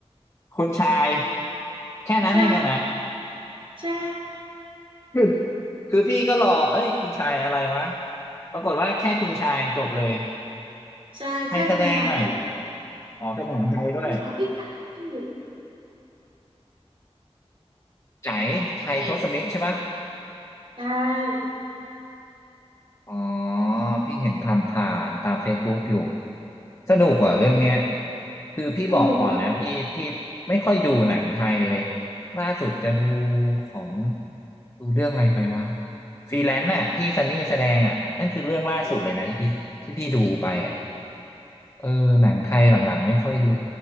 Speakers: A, on the left; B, on the right.
A: คุณชายแค่นั้นเองอะนะ
B: ใช่ใช่
A: คือคือพี่ก็รอเอ้ยคุณชายอะไรวะปรากฏว่าแค่คุณชายจบเลย
B: ใช่แค่คุณชายจบเลย
A: ใครแสดงอ่ะอ๋อเป็นหนังไทยด้วย
B: ของพี่ใจอะพี่
A: ใจายไทยทศมิตรใช่ปะ
B: ไอ้ใช่
A: อ๋อพี่เห็นผ่านๆตาม Facebook อยู่สนุกเหรอ่ะเรื่องเนี้ยคือพี่บอกก่อนนะพี่พี่ไม่ค่อยดูหนังไทยเลย
B: สนุกมากพี่
A: ล่าสุดจะดูของดูเรื่องอะไรไปวะฟรีแลนซ์น่ะที่ซันนี่แสดงอ่ะนั่นคือเรื่องล่าสุดเลยนะที่พี่ที่พี่ดูไปอ่ะ
B: อ๋อ
A: เออหนังไทยหลังๆไม่ค่อยดู